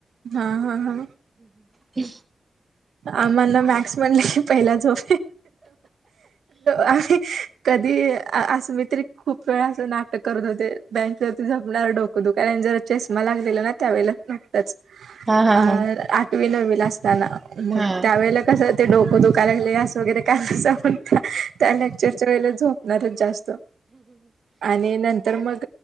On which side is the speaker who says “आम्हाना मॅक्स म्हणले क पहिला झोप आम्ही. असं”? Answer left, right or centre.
Right